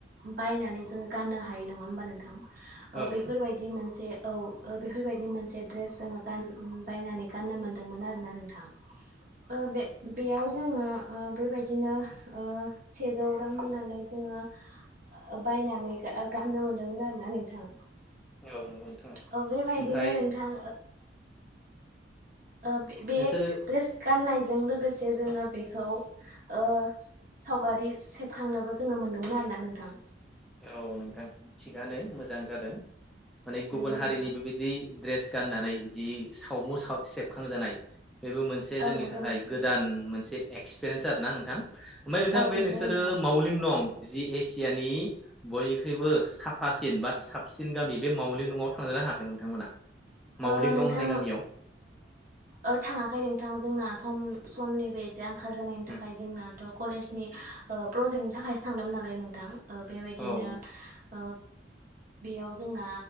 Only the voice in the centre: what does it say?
औ
औ नंगौ नोंथां
ओमफ्राय
नोंसोरो
औ नोंथां थिगानो मोजां जादों माने गुबुन
हारिनि
बेबायदि द्रेस गाननानै जि सावमु सेबखांजानाय बेबो मोनसे
जोंनि
थाखाय
गोदान मोनसे एक्सपिरियेन्स आरोना नोंथां ओमफ्राय नोंथां
बे
नोंसोरो
मावलिं नं जि एसियानि बयनिख्रुइबो साफासिन बा साबसिन गामि बे मावलिंल न'आव थांदोंना थाङाखै नोंथांमोना मावलिं
नं होननाय गामियाव
उम
औ उम